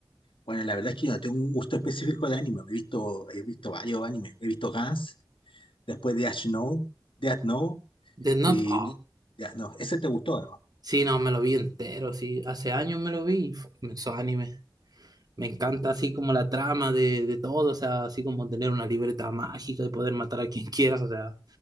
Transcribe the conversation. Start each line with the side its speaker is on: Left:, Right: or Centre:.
Left: Bueno, la verdad es que yo no tengo un gusto específico de anime. He visto, he visto varios animes. He visto Gans, después de Death Note, Death Note
Right: Death Note.
Left: y
Right: Ah,
Left: mu- Death Note. Ese te gustó, ¿no?
Right: Sí, no, me lo vi entero, sí. Hace años me lo vi y fu, me hizo anime. Me encanta así como la trama de, de todo, o sea, así como tener una libreta mágica y poder matar a quien <laughs> quieras, o sea,